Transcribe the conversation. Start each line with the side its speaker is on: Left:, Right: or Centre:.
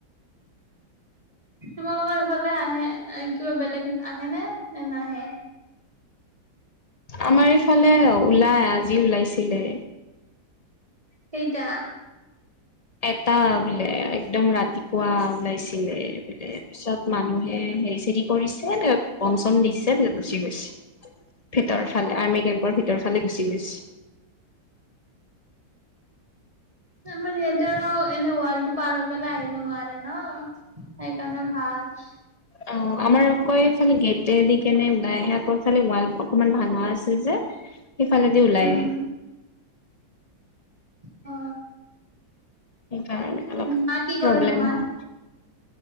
Right: তোমালোকৰ ইফালে আহে কিবা বেলেগ আহে নে নে নাহে?
Left: আমাৰ ইফালে ওলাই আজি ওলাইছিলে
Right: কেইটা
Left: এটা বোলে একদম ৰাতিপুৱা ওলাইছিলে বোলে পিছত মানুহে হে চেৰি কৰিছে বম চম দিছে গুচি গৈছে ভিতৰ ফালে আৰ্মি কেম্পৰ ভিতৰ ফালে গুচি গৈছি
Right: আমাৰ ইয়াতে আৰু এনে ৱৰ্ল্ডটো পাৰ হৈ পেলাই আহিব নোৱাৰে ন সেইকাৰণে ভাল
Left: অ আমাৰ অকৌ এইফালে গেটে দি কেনে ওলাই আহে আকৌ এইফালে ৱাল অকমান ভাঙা আছে যে সেইফালেদি ওলাই
Right: উম
Left: আহে
Right: অ
Left: সেইকাৰণে অলপ
Right: মা কি কৰে
Left: প্ৰব্লেম
Right: তোমাৰ?
Left: হল